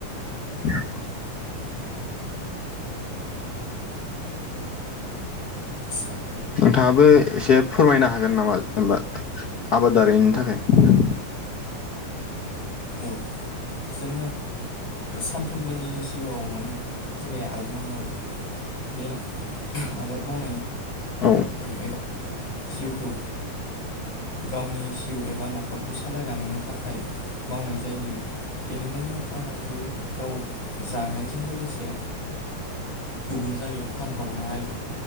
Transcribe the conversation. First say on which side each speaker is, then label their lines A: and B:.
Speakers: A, on the left; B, on the left.
A: <unintelligible>
B: सात
A: नोंथाङाबो एसे फोरमायनो हागोन नामा जेनेबा आबादारिनि थाख खाय
B: औ जोङो साम फ्रोमबोनि जिउआव माने सोरबाया आबाद मावनाय बे आबाद मावनायनि
A: औ
B: जाहैबाय जिउखौ गावनि जिउ एबा न'खरखौ सालायलांनो थाखाय मावनाय जायो बेनिखायनो आबादखौ गाव जानायजों लोगोसे गुबुन जायगायाव फानहरनाय